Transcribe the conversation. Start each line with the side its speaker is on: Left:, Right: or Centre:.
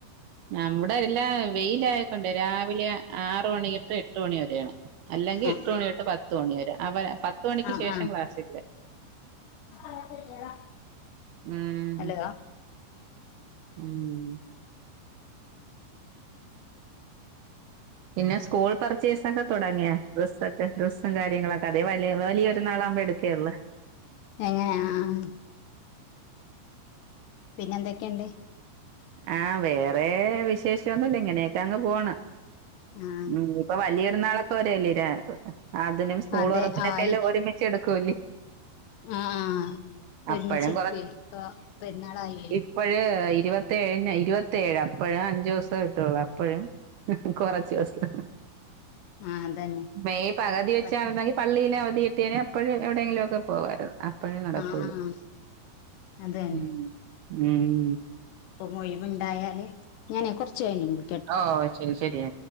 Right: നമ്മുടെ എല്ലാം വെയിലായ്ക്കൊണ്ട് രാവിലെ ആറ് മണിതെട്ട് എട്ട് മണി വെരെയാണ് അല്ലെങ്കി
Left: ആഹ്
Right: എട്ട് മണിയൊട്ട് പത്ത് മണി വെരെ അവര പത്ത് മണിക്ക്
Left: ആഹ്
Right: ശേഷം
Left: ആഹ്
Right: ക്ലാസ് ഇല്ല
Left: ആഹ്
Right: ഉം
Left: ഹലോ
Right: ഉം പിന്ന സ്കൂൾ പർച്ചേസെക്കെ തൊടങ്ങിയാ ഡ്രസ്സക്കെ ഡ്രസ്സും കാര്യങ്ങളെക്ക അതേ വലിയ വലിയ പെര്ന്നാളാകുമ്പട് ക്കെ ഒള്ള്
Left: എങ്ങനാ ആഹ് പിന്നന്തെക്കണ്ട്
Right: ആഹ് വെറേ വിശേഷൊന്നുല്ല ഇങ്ങനെക്ക അങ്ങ് പോണ്
Left: ആഹ്
Right: ഉം ഇപ്പ വലിയ പെരുന്നാളക്ക വരുവല്ലേ അതിനും സ്കൂള്
Left: അതെ
Right: തൊറപ്പിനെക്കെല്ല
Left: ആയി
Right: ഒര്മിച്ചെടുക്കൂല്ലേ
Left: ആഹ് ഇപ്പ
Right: അപ്പഴും
Left: ഒര്മിച്ചെടുക്ക് വെ ഇപ്പ പെരുന്നാളായില്ലെ
Right: ഇപ്പഴ്‌ ഇരുവത്തെഴ്‌ന ഇര് വത്തേഴ് അപ്പഴ്‌ അഞ്ചോസം കിട്ടോള്ള് അപ്പഴും കൊറച്ച് ദിവസം
Left: ആഹ് അതന്നെ
Right: മെയ് പകുതി വെച്ചാരുന്നെങ്കി
Left: പറ്റി
Right: പള്ളിയില് അവധികിട്ടിയേന അപ്പഴ് എവിടെങ്കിലുമൊക്കെ പോവാരുന്ന് അപ്പഴും നടക്കൂല
Left: ആഹ് ആഹ് അതന്നെ
Right: ഉം ഉം
Left: ഇപ്പൊ ഒഴിവുണ്ടായാല് ഞാനെ കുറച്ച് <unintelligible>
Right: ഓ ശരി ശരി